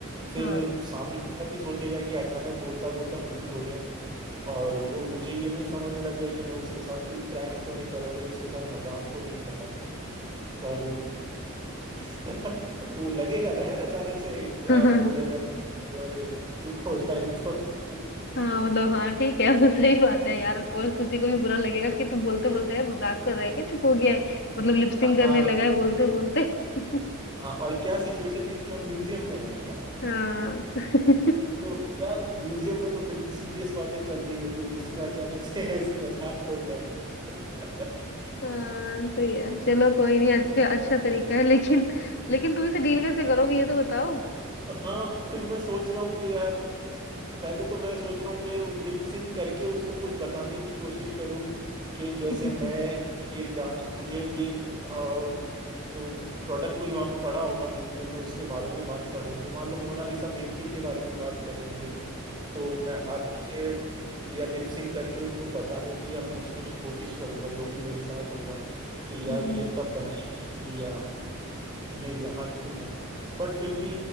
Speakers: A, on the right; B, on the left.
A: फिर
B: हाँ
A: सामने वाला भी सोचेगा कि अचानक बोलता बोलता म्यूट हो गया और वो मुझे ये नहीं समझने लग जाए कि मैं उसके साथ कोई प्रैंक तो नहीं कर रहा कोई उसके साथ मजाक तो नहीं कर रहा पर <laughs> वो लगेगा ना यार अचानक से एक, आप
B: <laughs> हाँ
A: दो जने अरे और एक चुप हो जाए तो
B: हाँ मतलब हाँ ठीक है <laughs> वो सही बात है यार और किसी को भी बुरा लगेगा कि तू बोलते बोलते यार मजाक कर रहा है क्या चुप हो गया है मतलब लिपसिंग करने
A: हाँ
B: लगा है बोलते बोलते <laughs>
A: हाँ और क्या सिचुएशन दी थी हम म्यूजियम में है ना
B: हाँ <laughs>
A: तो यार म्यूजियम में तो फिर भी सीरियस बातें चल रही होती है और उसमें अचानक से ऐसी मजाक हो जाए <laughs>
B: हाँ सही है चलो कोई नहीं अच्छे अच्छा तरीका है लेकिन लेकिन तुम इसे डील कैसे करोगे ये तो बताओ
A: हाँ फिर मैं सोच रहा हूँ कि यार पहले तो मैं सोच रहा हूँ कि लिप सिंक करके उसको कुछ बताने की कोशिश करूँ कि
B: <laughs>
A: जैसे
B: हम्म
A: मैं ये जान मुझे ये अ, जो प्रोडक्ट कोई वहाँ पे पड़ा होगा म्यूजियम में उसके बारे में ही बात कर रहे होंगे मान लो मोनालिसा पेंटिंग के बारे में ही बात कर रहे होंगे तो मैं हाथों से या लिप सिंक करके उनको बताने की या पूछने की कोशिश करूंगा जो भी मेरे साथ होगा कि यार
B: हम्म
A: ये कब बनाई गई थी या ये यहाँ क्यों है बट फिर भी